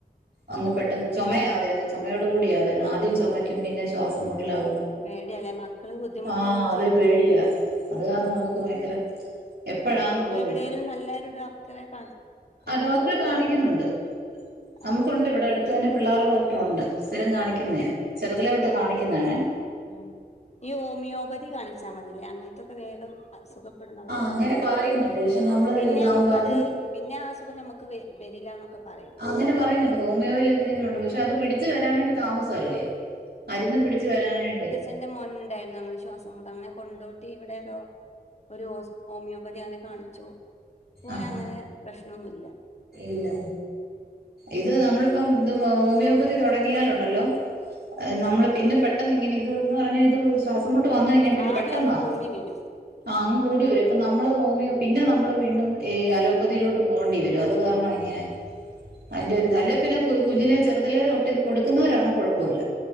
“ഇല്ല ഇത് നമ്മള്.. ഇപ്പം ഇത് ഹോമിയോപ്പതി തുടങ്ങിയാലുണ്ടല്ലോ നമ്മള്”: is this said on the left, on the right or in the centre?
Right